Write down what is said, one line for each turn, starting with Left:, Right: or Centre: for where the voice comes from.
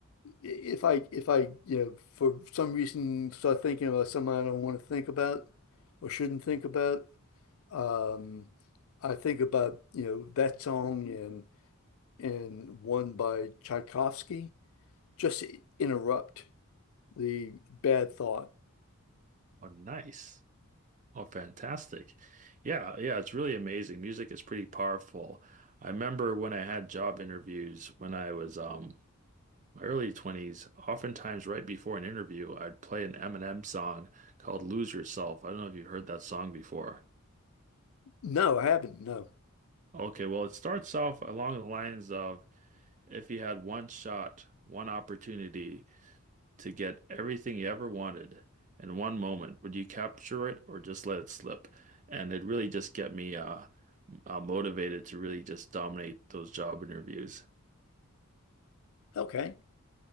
Left: i- if I if I you know for some reason start thinking about something I don't want to think about or shouldn't think about, um, I think about you know that song and and one by Tchaikovsky just to interrupt the bad thought.
Right: Oh, nice. Oh, fantastic. Yeah, yeah, it's really amazing. Music is pretty powerful. I remember when I had job interviews when I was um My early 20s, oftentimes right before an interview, I'd play an Eminem song called Lose Yourself. I don't know if you've heard that song before.
Left: No, I haven't. No.
Right: Okay, well, it starts off along the lines of if you had one shot, one opportunity to get everything you ever wanted in one moment, would you capture it or just let it slip? And it really just get me uh, uh, motivated to really just dominate those job interviews.
Left: Okay.